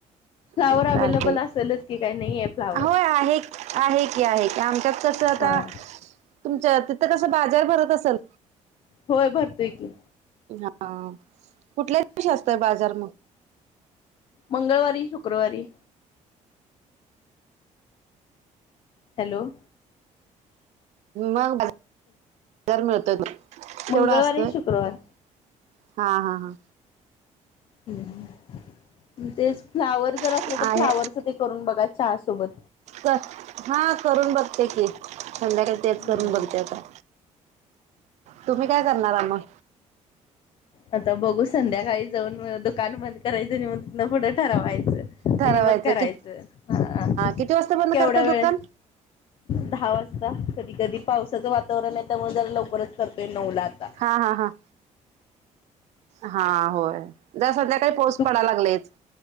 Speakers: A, on the left; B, on the right.
A: फ्लाँवर
B: चालतंय
A: अवेलेबल असेलच की, काय नाही आहे फ्लाँवर
B: होय
A: <inaudible>
B: आहे आहे की आहे की आमच्यात कसं आता
A: हा <inaudible>
B: तुमच्या तिथं कसं बाजार भरत असेल?
A: होय, भरतोय की.
B: हा, कुठल्याच दिवशी असतय बाजार मग?
A: मंगळवारी, शुक्रवारी. हॅलो‌?
B: मग <inaudible> बाजार मिळतो मग.
A: मंगळवारी
B: तेवढा असतोय,
A: शुक्रवार
B: <inaudible> हा हा हा.
A: <inaudible> तेच फ्लावर जर असलं,
B: हा
A: तर
B: आहे
A: फ्लावरचं ते करून बघा चहासोबत.
B: हा, करून बघते की, संध्याकाळी तेच
A: हम्म
B: करून बघते आता. तुम्ही काय करणार आहे मग?
A: आता बघू संध्याकाळी जाऊन दुकान बंद करायचं आणि मग तिं तिथनं पुढं ठरवायचं. आणि
B: ठरवायचं
A: मग करायचं,
B: कि
A: हा
B: किती वाजता बंद
A: केवढ्या
B: करतात
A: वेळ
B: दुकान
A: दहा वाजता, कधी कधी पावसाचं वातावरण असतंय, त्यामुळे जरा लवकरच करतोय नऊ ला आता.
B: हा हा हा हा, होय. दस हजार काही पोस
A: दु
B: पडाय लागलेत.